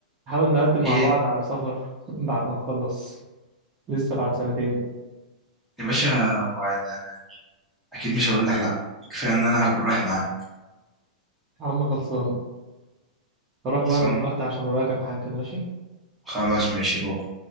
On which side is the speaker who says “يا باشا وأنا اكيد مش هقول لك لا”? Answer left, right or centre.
Centre